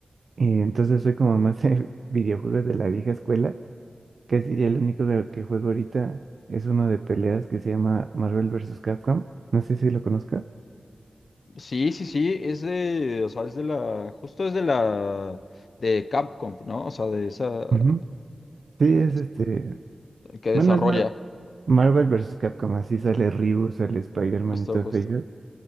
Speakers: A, on the right (about 70°); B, on the left (about 70°).
A: Y entonces soy como más de <laughs> videojuegos de la vieja escuela. Casi ya el único de- que juego ahorita es uno de peleas que se llama Marvel vs. Capcom. No sé si lo conozcas.
B: Sí, sí, sí, es de, o sea, es de la, justo es de la, de Capcom, ¿no? O sea, de esa,
A: Ujú. Sí, es
B: es-
A: este.
B: que desarrolla,
A: Bueno, es Mar- Marvel vs. Capcom. Así sale Ryu, sale Spider-Man
B: justo,
A: y todos
B: justo.
A: ellos.